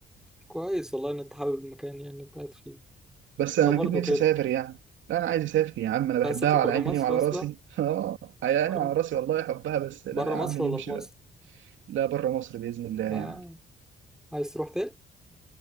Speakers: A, in the centre; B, on the right.
A: كويس والله ان انت حابب المكان يعني اللي انت قاعد فيه
B: بس انا
A: انا برضو
B: اكيد نفسي
A: كده
B: اسافر يعني لا انا عايز اسافر يا عم انا
A: انت
B: بحبها
A: عايز تسافر
B: على
A: برا
B: عيني
A: مصر
B: وعلى
A: اصلا
B: راسي <laughs> اه على عيني
A: برا
B: وعلى راسي والله احبها بس لا
A: برا
B: يا عم
A: مصر
B: نمشي
A: ولا في مصر
B: بقى لا بره مصر باذن الله يعني
A: آه. عايز تروح فين